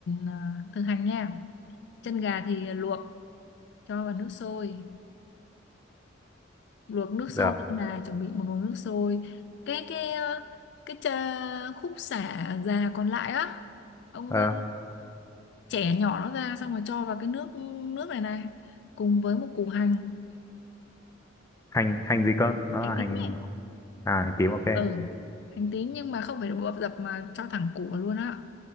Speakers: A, on the left; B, on the left.
A: à, thực hành nha chân gà thì luộc cho vào nước sôi luộc nước sôi
B: được
A: là chuẩn bị một nồi nước sôi cái cái ờ, cái chà, khúc sả già còn lại á ông
B: ờ,
A: ờ, chẻ nhỏ nó ra xong rồi cho vào cái nước nước này này cùng với một củ hành
B: hành hành gì cơ nó
A: hành
B: là
A: tím
B: hành
A: nhỉ
B: à hành tím ok
A: ừ hành tím nhưng mà không phải bập dập mà cho thẳng củ vào luôn á